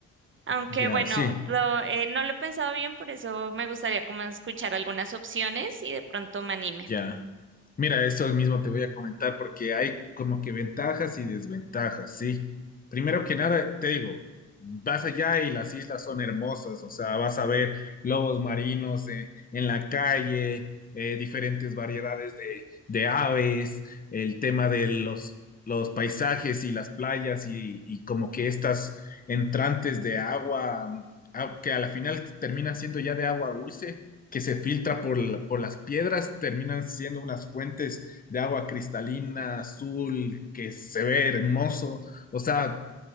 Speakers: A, on the right (about 40°); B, on the left (about 30°).
A: Aunque
B: Ya,
A: bueno,
B: sí.
A: lo- eh, no lo he pensado bien, por eso me gustaría como escuchar algunas opciones y de pronto me anime.
B: Ya. Mira, esto mismo te voy a comentar porque hay como que ventajas y desventajas, ¿sí? Primero que nada, te digo, vas allá y las islas son hermosas, o sea, vas a ver lobos marinos eh, en la calle, eh, diferentes variedades de, de aves, el tema de los, los paisajes y las playas y, y como que estas entrantes de agua, mm, au- que a la final terminan siendo ya de agua dulce que se filtra por, la- por las piedras, terminan siendo unas fuentes de agua cristalina, azul, que se ve hermoso. O sea,